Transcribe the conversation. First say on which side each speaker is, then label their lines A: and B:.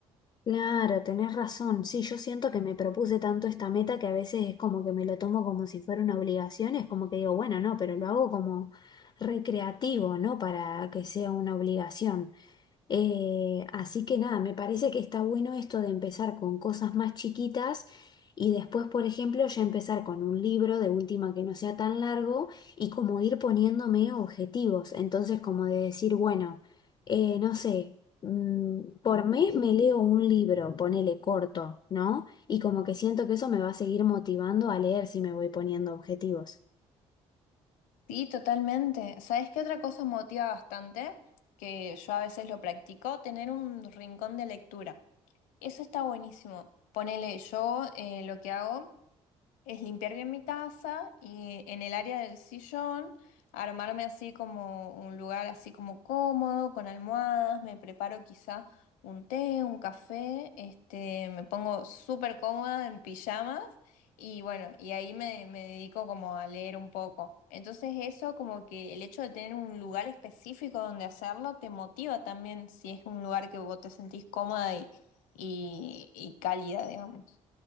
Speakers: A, on the left; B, on the left.
A: Claro, tenés razón. Sí, yo siento que me propuse tanto esta meta que a veces es como que me lo tomo como si fuera una obligación, es como que digo, bueno, no, pero lo hago como recreativo, no para que sea una obligación. Eh, así que nada, me parece que está bueno esto de empezar con cosas más chiquitas y después, por ejemplo, ya empezar con un libro de última que no sea tan largo y como ir poniéndome objetivos. Entonces, como de decir, bueno, eh, no sé, mm, por mes me leo un libro, ponele corto, ¿no? Y como que siento que eso me va a seguir motivando a leer si me voy poniendo objetivos.
B: Sí, totalmente. ¿Sabes qué otra cosa motiva bastante? que yo a veces lo practico, tener un rincón de lectura. Eso está buenísimo. Ponele, yo eh, lo que hago es limpiar bien mi casa y en el área del sillón armarme así como un lugar así como cómodo, con almohadas, me preparo quizá un té, un café, este, me pongo súper cómoda en pijamas y bueno, y ahí me, me dedico como a leer un poco. Entonces eso como que el hecho de tener un lugar específico donde hacerlo te motiva también si es un lugar que vos te sentís cómoda y, y y cálida, digamos.